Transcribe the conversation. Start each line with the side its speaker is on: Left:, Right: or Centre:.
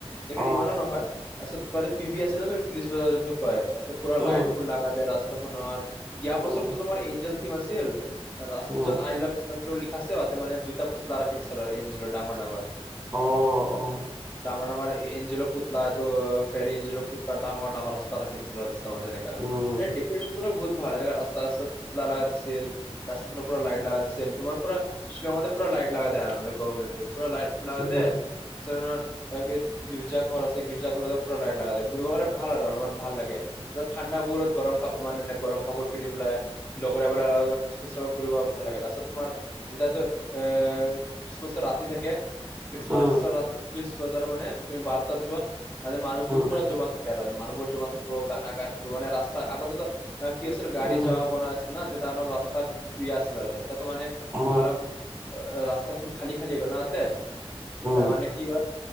Left: লেকিন
Right: অ
Left: ইমানো নহয় আছত পি বি আছে ন তুমি পুলিছ বজা যোনটো কয় পুৰা
Right: উম
Left: লাইট ফুল লগা দিয়েয ৰাস্তা খনৰ ইয়াৰ বছৰতো
Right: উম
Left: তোমাৰ এঞ্জেল থিম আছিল। ৰাছ
Right: উম
Left: য'ত আই লাভ ইউ লিখা আছে আও ইয়াতে মানে দুয়োটা পুতলা ৰাখি দিছিল আৰু এঞ্জেলৰ ডাঙৰ ডাঙৰ
Right: অ অ
Left: ডাঙৰ ডাঙৰ এঞ্জেলৰ পুতলাটো ফেৰি এঞ্জেলৰ পুতলা ডাঙৰ ডাঙৰ ৰাস্তাত ৰাখি দিছিল <unintelligible>
Right: উম
Left: এ ডেকৰেচন বহুত ভাল এনেকা ৰাস্ত ৰাস্তাত লাগা থৈছিল। ৰাস্তাতনো পুৰা লাইট লাগা থৈছিল, তোমাৰ পুৰা শ্বিলঙতে পুৰা লাইট লাগা <unintelligible> গভাৰমেনটো পুৰা লাইট লাগা
Right: উম
Left: দে <unintelligible> গিৰ্জা ঘৰ আছে গিৰ্জা ঘৰতো পুৰা লাইট লাগা দে, ঘূৰিব কাৰণে ভাল আৰু অলপমান ভাল লাগে, পিছত ঠাণ্ডাবোৰত গৰম কাপ মানে এনে গৰম কাপোৰ পিন্ধিবলৈ আহে। লগৰাবেলা <unintelligible> ঘূৰিব ভাল লাগে, লাষ্টত তোমাৰ <unintelligible> কিচমাচৰ ৰাতি থাকে খ্ৰীষ্টমাছ
Right: উম
Left: <unintelligible> বজাৰ মানে তুমি বাৰটাত যোৱা মানে মানুহবোৰ
Right: উম
Left: পুৰা জমা গেদাজ, মানুহবোৰ জমা থাকিব, গানা গাই থাকিব মানে ৰাস্তা আগতেতো কি আছিল গাড়ী
Right: উম
Left: যাৱা বনাই আছিল না তেতিয়া অলপ ৰাস্তা বেয়া আছিল আৰু এতিয়াতো মানে
Right: অ
Left: অলপ ৰাস্তাখন খালী খালী হৈ গ'নাওতে,
Right: উম
Left: এতিয়া মানে কি হ'ল